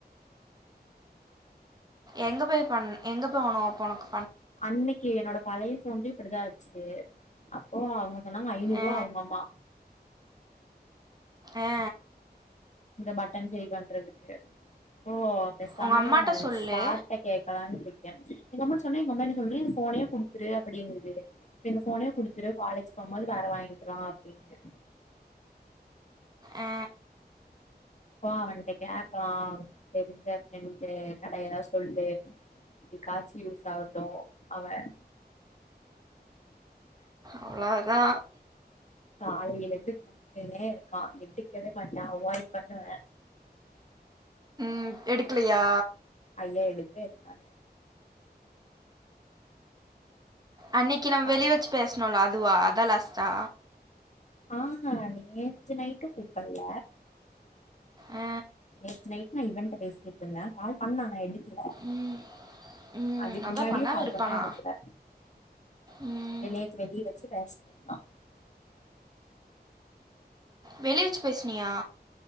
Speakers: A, on the right; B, on the left.
A: எங்க போய் பண் எங்க போவணும் இப்ப ஒனக்கு
B: அன்னைக்கு என்னோட பழைய ஃபோன்ல அப்டிதா ஆச்சி அப்போ அவங்க சொன்னாங்க ஐநூரூபா
A: ஆ
B: ஆவுமாமா
A: ஆ
B: இந்த பட்டன் சேரி பண்றதுக்கு இப்போ பேசாம
A: உங்கள் அம்மாட்ட சொல்லு
B: ஷாட்ட கேக்கலான்னு இரு எங்க அம்மாட்ட சொன்ன எங்க அம்மா என்ன சொல்லுது இந்த ஃபோனே குடுத்துரு அப்டிங்கிது இப்ப இந்த ஃபோனே குடுத்துரு காலேஜ் போமோது வேற வாங்கிக்கலா அப்டின்னு
A: ஆ
B: ஓ அவன்ட்ட கேக்கலான் தெரிஞ்ச ஃப்ரெண்டு கட எதா சொல்லு எதுகாச்சி யூஸ் ஆகட்டும் அவன்
A: அவ்ளோதா
B: காலையில இருந்து கூப்ட்டுன்னே இருக்கான் எடுக்கவே மாட்டா அவாய்ட் பண்ணுவ
A: ம் எடுக்கலையா
B: ஐயா எடுக்கவே இல்ல நானு
A: அன்னைக்கு நம்ம
B: அ
A: வெளிவச்சி பேசுணோம் இல்ல அது அதுவா அதா லாஸ்ட்டா
B: ஆஹ நேத்து நைட்டும் பிக் பண்ணல
A: ஆ
B: நேத்து நைட்டு நா இவன்ட்ட பேசிக்கிட்டு இருந்தன் கால் பண்ண ஆனா எடுக்கல
A: ம் ம்
B: அதுக்கு
A: அதான்
B: முன்னாடியும்
A: பண்ணாமல்
B: கால்
A: இருப்பானா
B: பண்ண எடுக்கல
A: ம்
B: வெளிய வெளிய வச்சி பேசனுனா
A: வெளிய வச்சி பேசனியா